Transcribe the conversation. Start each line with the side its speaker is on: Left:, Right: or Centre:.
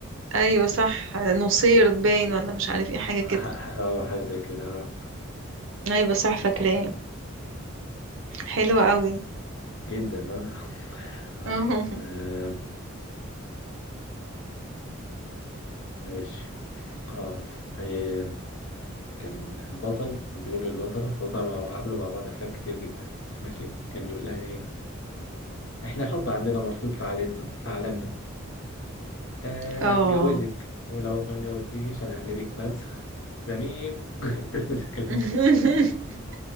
Right: ايوه صح نصير باين ولا مش عارف ايه حاجه كده
Left: ح- ح- اه حاجة زي كده آه.
Right: ايوه صح فاكراه حلوه قوي
Left: جدا اه طيب
Right: اه
Left: آه ماشي اه آه، كان البطل بيقول للبطلة هما مع- عملوا مع بعض أفلام كتير جدا ماشي كان بيقول لها إيه إحنا الحب عندنا مرفوض في عالمنا في عالمنا آه أنا
Right: آه.
Left: هتجوزك ولو ما اتجوزتنيش أنا هقلبك مسخ زميم <laughs> الكلام
Right: <laughs>
Left: كده.